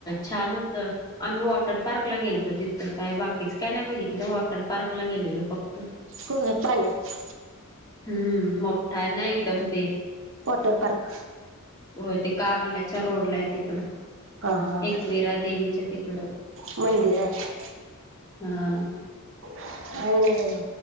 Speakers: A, on the left; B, on the right.
A: छान होतं आम्ही वॉटर पार्क ला गेलतो तिथ तर काय बाकीच काय नाही बघितलं वॉटर पार्कला गेलेलो फक्त
B: होय, पाण्यात
A: हम्म मोठा आहे ना एकदम ते
B: वॉटर पार्क
A: होय ते कारल्याच्या रोड ला आहे तिकड
B: हा हा
A: एकवीरा
B: हा
A: देवीच्या तिकडं
B: मंदिर आहे
A: हा
B: ह